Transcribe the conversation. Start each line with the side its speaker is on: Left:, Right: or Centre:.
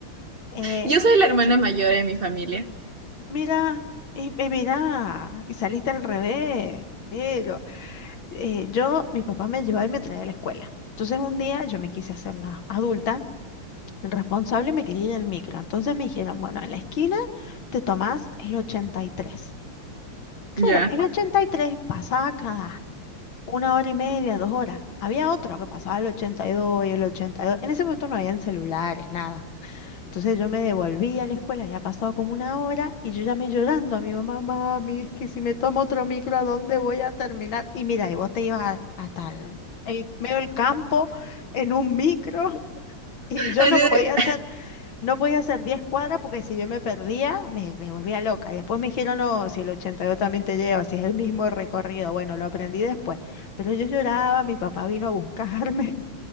Left: eh,
Right: Yo soy la hermana
Left: yo-
Right: mayor de mi familia.
Left: mira, y, y mira, y saliste al revés. Pero eh, yo, mi papá me llevaba y me traía a la escuela. Entonces, un día yo me quise hacer la adulta. El responsable y me quería ir al micro. Entonces me dijeron, bueno, en la esquina te tomás el 83. Claro,
Right: Ya.
Left: el 83 pasaba cada una hora y media, dos horas. Había otro que pasaba el 82 y dos y el 82. En ese momento no habían celulares, nada. Entonces yo me devolví a la escuela, ya pasado como una hora, y yo llamé llorando a mi mamá, mami, es que si me tomo otro micro, ¿a dónde voy a terminar? Y mira, y vos te ibas a- hasta el el medio del campo en un micro <laughs> y yo
Right: Así
Left: no
Right: de-
Left: podía hacer no podía hacer 10 cuadras porque si yo me perdía, me, me volvía loca. Y después me dijeron, no, si el 82 también te lleva, si es el mismo recorrido. Bueno, lo aprendí después. Pero yo lloraba, mi papá vino a buscarme